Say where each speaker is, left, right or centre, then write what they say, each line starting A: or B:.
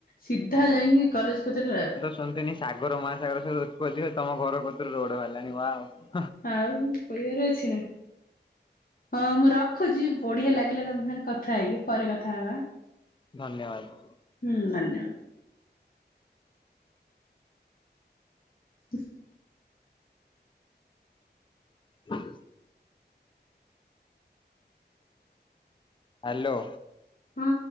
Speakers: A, on the left (about 50°); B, on the left (about 25°).
A: ସିଧା
B: ଓ।
A: ଯାଇକି
B: ନା
A: କଲେଜ୍ କତିରେ
B: <unintelligible> ସାଗର ମହାସାଗର ସବୁ ଉତ୍ପତ୍ତି ହୁଏ ତମ ଘର କତିରୁ ରୋଡ ବାହାରିଲାଣି ୱାଓ।
A: ଆଉ କହିବାର ଅଛି ନା, ହଁ ମୁଁ ର ରଖୁଛି ବଢିଆ ଲାଗିଲା ତମ ସାଙ୍ଗରେ କଥା ହେଇକି, ପରେ କଥା ହବା।
B: ଧନ୍ୟବାଦ।
A: ହୁଁ ଧନ୍ୟବାଦ। ହ
B: ହଜ୍ ହ୍ୟାଲୋ।
A: ହଁ।